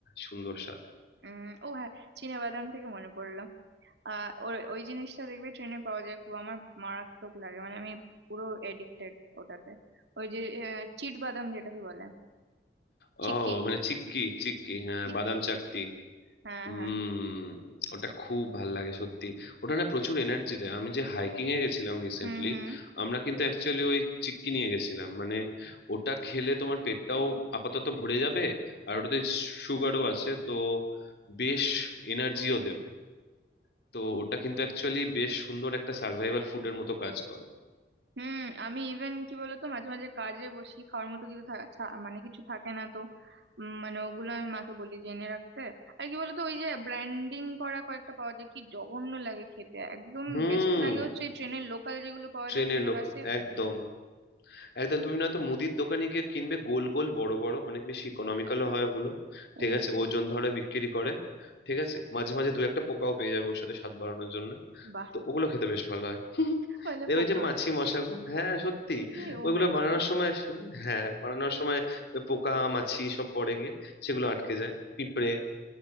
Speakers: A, on the left; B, on the right.
A: সুন্দর স্বাদ
B: উম ও হ্যাঁ চিনে বাদাম থেকে মনে পড়লো আহ ওই ওই জিনিসটা দেখবে ট্রেনে পাওয়া যায় খুব আমার মারাত্মক লাগে মানে আমি পুরো এডিক্টেড ওটাতে ওই যে আহ, চিট বাদাম যেটাকে বলে
A: ও
B: চিক্কি
A: মানে চিক্কি চিক্কি হ্যাঁ
B: চিক্কি
A: বাদাম চাকতি
B: হ্যাঁ
A: হুম
B: হ্যাঁ
A: ওটা খুব ভাল লাগে সত্যি ওটা না প্রচুর এনার্জি দেয় আমি যে হাইকিং এ গেছিলাম রিসেন্টলি
B: হুম হুম
A: আমরা কিন্তু অ্যাকচুয়ালি ওই চিক্কি নিয়ে গেছিলাম মানে ওটা খেলে তোমার পেটটাও আপাতত ভরে যাবে আর ওটাতে সুগারও আছে তো বেশ এনার্জিও দেবে তো ওটা কিন্তু অ্যাকচুয়ালি বেশ সুন্দর একটা সার্ভাইভাল ফুডের মতো কাজ করে
B: হুম আমি ইভেন কি বলতো মাঝে মাঝে কাজে বসি খাওয়ার মতো কিছু থা- ছা- মানে কিছু থাকে না তো উম, মানে ওগুলো আমি মাকে বলি যে এনে রাখতে আর কি বলতো ওই যে ব্র্যান্ডিং করা কয়েকটা পাওয়া যায় কি জঘন্য লাগে খেতে একদম
A: হুম
B: বেস্ট লাগে হচ্ছে এই ট্রেনের লোকাল যেগুলো পাওয়া
A: ট্রেনের
B: যায় ট্রেনে
A: লোকাল
B: বাসে
A: একদম
B: ওগুলো
A: একদম তুমি নয়তো মুদির দোকানে গিয়ে কিনবে গোল গোল বড় বড় অনেক বেশি ইকোনমিক্যালও হয় ওগুলো ঠিক
B: ও
A: আছে ওজন ধরে বিক্রি করে ঠিক আছে মাঝে মাঝে দু একটা পোকাও পেয়ে যাবে ওর সাথে স্বাদ বাড়ানোর জন্য
B: বাহ
A: তো ওগুলো খেতে বেশ ভালো হয় <laughs>
B: বলে
A: দেখবে
B: পোকা
A: যে মাছি মশা গো, হ্যাঁ সত্যি
B: এ ও
A: ওইগুলো
B: মাই গড
A: বানানোর সময় শু- হ্যাঁ বানানোর সময় ওই পোকা মাছি সব পড়ে গিয়ে সেগুলো আটকে যায় পিঁপড়ে